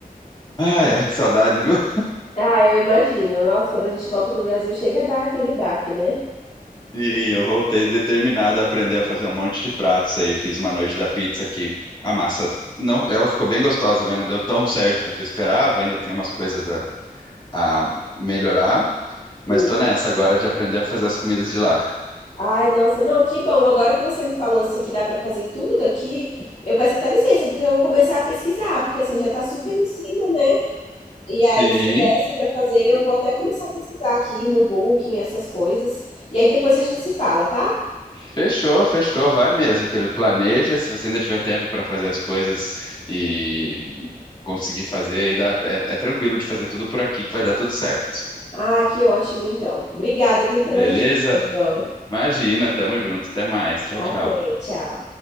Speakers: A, on the left; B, on the left.
A: Ai, ai, que saudade, viu? <laughs>
B: Ah, eu imagino. Nossa, quando a gente volta pro Brasil, chega a dar aquele baque, né?
A: E eu voltei determinado a aprender a fazer um monte de pratos aí. Fiz uma noite da pizza que a massa não, ela ficou bem gostosa, mas não deu tão certo quanto eu esperava. Ainda tem umas coisas a, a melhorar, mas
B: Sim.
A: tô nessa agora de aprender a fazer as comidas de lá.
B: Ai, nossa, não, que bom. Agora que você me falou assim que dá pra fazer tudo daqui, eu peço até licença, porque eu vou começar a pesquisar, porque assim já tá super em cima, né? E
A: Sim,
B: aí se desse pra fazer, eu vou até começar a pesquisar aqui no Booking, essas coisas. E aí depois a gente se fala, tá?
A: Fechou, fechou, vai mesmo. Pelo- Planeja, se você ainda tiver tempo para fazer as coisas e conseguir fazer, aí dá, é, é tranquilo de fazer tudo por aqui que vai dar tudo certo.
B: Ah, que ótimo então. Obrigada, viu, pelas
A: Beleza?
B: dicas, João.
A: Imagina, tamo junto, até mais. Tchau,
B: Até,
A: tchau.
B: tchau.